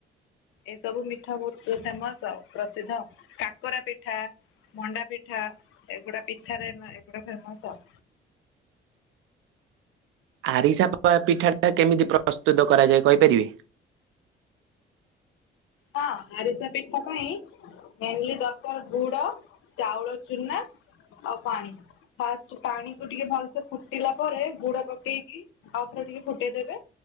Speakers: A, on the left; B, on the right.
A: ଏସବୁ ମିଠା ବହୁତ ଫେମସ ଆଉ ପ୍ରସିଦ୍ଧ କାକରା ପିଠା। ମଣ୍ଡା ପିଠା ଏଗୁଡା ପିଠାରେ ଏଗୁଡା ଫେମସ।
B: ଆରିସା ପିଠାଟା କେମିତି ପ୍ରସ୍ତୁତ କରାଯାଏ କହିପାରିବେ।
A: ହଁ ଆରିସା ପିଠା ପାଇଁ ମେନଲି ଦରକାର ଗୁଡ ଚାଉଳ ଚୁନା ଆଉ ପାଣି। ଫାଷ୍ଟ ପାଣିକୁୁ ଟିକେ ଭଲସେ ଫୁଟିଲା ପରେ ଗୁଡ ପକେଇକି। ଆଉ ଥରେ ଟିକେ ଫୁଟେଇଦେବେ